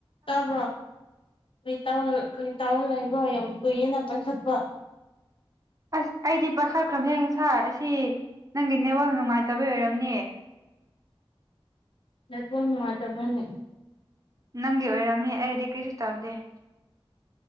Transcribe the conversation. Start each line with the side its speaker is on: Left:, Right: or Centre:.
Left: ꯇꯥꯕ꯭ꯔꯣ ꯀꯔꯤ ꯇ ꯀꯔꯤ ꯇꯧꯔ ꯂꯩꯕꯣ ꯌꯥꯝ ꯀꯨꯏꯌꯦꯦꯅ ꯄꯥꯏꯈꯠꯄ
Right: ꯑꯁ ꯑꯩꯗꯤ ꯄꯥꯈꯠꯈ꯭ꯔꯕꯅꯦ ꯁꯥꯔ ꯑꯁꯤ ꯅꯪꯒꯤ ꯅꯦꯠꯋꯥꯛ ꯅꯨꯡꯉꯥꯏꯇꯕ ꯑꯣꯏꯔꯕꯅꯦ
Left: ꯅ ꯅꯨꯅꯨꯡꯉꯥꯏꯇꯕꯅꯦ
Right: ꯅꯪꯒ ꯑꯣꯏꯣꯏꯔꯝꯅꯤ ꯑꯩꯗꯤ ꯀꯔꯤꯁ ꯇꯥꯎꯗꯦ